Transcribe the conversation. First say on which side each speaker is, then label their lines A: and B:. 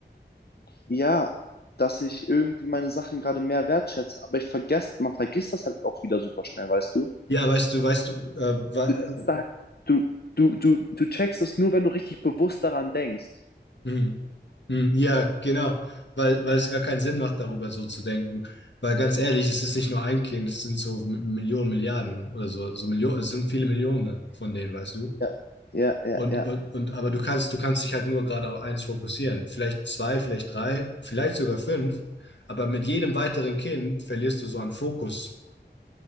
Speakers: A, on the left (about 60°); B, on the left (about 75°).
A: ja, dass ich irgendwie meine Sachen gerade mehr wertschätze. Aber ich vergesse, man vergisst das halt auch wieder super schnell, weißt du?
B: Ja, weißt du, weißt du, äh, weil,
A: Du denkst da halt, du, du, du, du checkst es nur, wenn du richtig bewusst daran denkst.
B: mhm. Mhm. ja, genau, weil, weil es gar keinen Sinn macht, darüber so zu denken. Weil ganz ehrlich, es ist nicht nur ein Kind, es sind so M- Millionen, Milliarden oder so, so Millionen, es sind viele Millionen von denen, weißt du?
A: Ja, ja, ja,
B: Und,
A: ja.
B: und, und, aber du kannst, du kannst dich halt nur gerade auf eins fokussieren. Vielleicht zwei, vielleicht drei, vielleicht sogar fünf. Aber mit jedem weiteren Kind verlierst du so einen Fokus